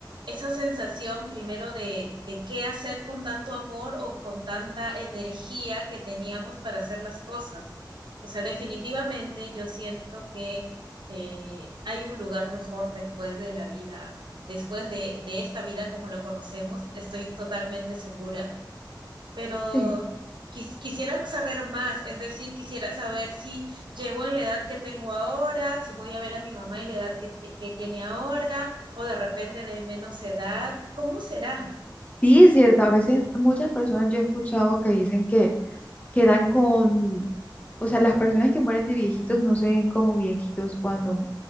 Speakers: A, on the right; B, on the left.
A: esa sensación primero de, de qué hacer con tanto amor o con tanta energía que teníamos para hacer las cosas. O sea, definitivamente yo siento que eh, hay un lugar mejor después de la vida, después de, de esta vida como la conocemos, estoy totalmente segura pero
B: sí.
A: quis- quisiera saber más, es decir, quisiera saber si llego en la edad que tengo ahora, si voy a ver a mi mamá en la edad que, te- que tiene ahora, o de repente de menos edad, ¿cómo será?
B: Sí, es cierto. A veces muchas personas yo he escuchado que dicen que quedan con, o sea, las personas que mueren de viejitos no se ven como viejitos cuando